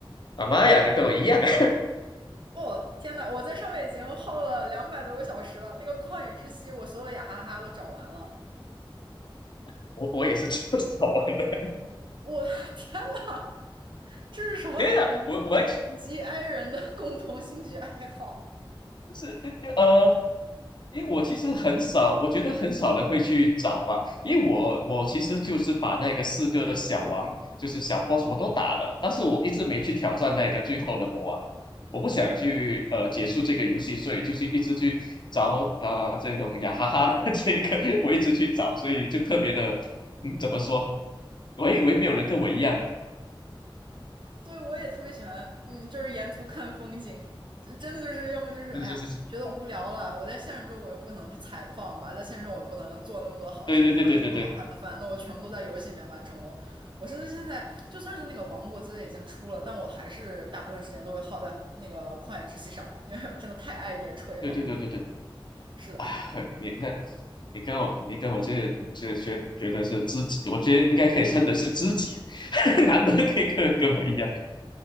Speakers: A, on the left; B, on the right.
A: 啊妈呀，你跟我一样啊，
B: 哦，天呐，我在上面已经耗了两百多个小时了，那个旷野之息，我所有的雅哈哈都找完了。
A: <laughs> 我我也是这么早玩的。
B: 我的 <laughs> 天呐，这是什么贫
A: <laughs> 天啊，我我还其就
B: 贫瘠 i 人的共同兴趣爱好？
A: 是呃，因为我其实很少，我觉得很少人会去找吧，因为我我其实就是把那个四个小王，就是小 boss 我都打了，但是我一直没去挑战那个最后的魔王。我不想去呃结束这个游戏，所以就是一直去找呃这种雅哈哈的这个，<laughs> 我一直去找，所以就特别的，嗯，怎么说？我还以为没有人跟我一样的，
B: 对，我也特别喜欢，嗯，就是沿途看风景，这真的就是要么就是，
A: 是是是，
B: 哎呀，觉得无聊了，
A: <laughs>
B: 我在现实中我又不可能去采矿吧，在现实中我又不能做那么多好吃的饭，
A: 对对对对对对
B: 那么好看的饭，那我全部都在游戏里面完成喽。我甚至现在就算是那个《王国之泪》已经出了，但我还是大部分时间都会耗在那个旷野之息上，因为我真的太爱野炊了。
A: 对对对对对，
B: 是的，
A: 啊，
B: 是的，是的，是的，
A: 你那，
B: 是的
A: 你跟我你跟我这这觉觉得是知己，我觉得应该可以称得是知己，<laughs> 难得可以跟跟我一样，